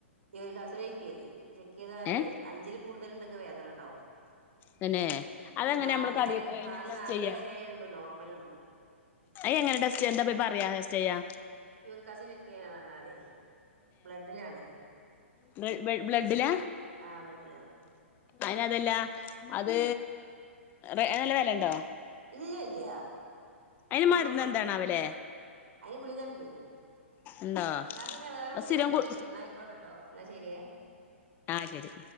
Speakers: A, on the right; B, on the left.
A: യുറിക്കാസിഡ് ചെക്ക് ചെയ്യ് ചെക്ക് ചെയ്താ അറിയാം
B: ഏഹ്
A: അഞ്ചിൽ കൂടുതൽ ഉണ്ടെങ്കെ വേദന ഉണ്ടാവും
B: തന്നെ. അതെങ്ങനെ
A: ഉം നാല്
B: നമ്മള് കടി
A: വരെ നാല്
B: എങ്ങനെ ടെസ്റ്റ്
A: നാലരവരേ
B: ചെയ്യാ
A: ഉള്ളു നോർമലൊള്ളൂ.
B: അയ എങ്ങനെ ടെസ്റ്റേ ചെയ്യാ എന്താ പോയി പറയാ ടെസ്റ്റയ
A: യൂറിക്കാസിഡ് ചെക്ക് ചെയ്യാനാ പറഞ്ഞാമതി ബ്ലഡിലാണ്
B: ബ്ല ബ്ല ബ്ലഡിലാ?
A: ആഹ് ബ്ലഡിലാ നോക്കല്.
B: അതിനതല്ല അത് ആയിന് നല്ല വെലണ്ടോ?
A: ഇല്ല ഇല്ല
B: അയിന്
A: എമ്പറപ്പട്ടള്ളു
B: മരുന്ന് എന്താണാവല്ലേ
A: അയിന് ഗുളികണ്ട്.
B: ഉണ്ടോ
A: ഇന്നാ പിന്നെ വേറെ പ്രത്തേകിച്ചൊന്നൂല്ലല്ലോ
B: അത് സ്ഥിരം കു
A: ഇന്നാ ആയിക്കോട്ടെട്ടോ എന്നാ ശെരിയേ.
B: ആഹ് ശരി.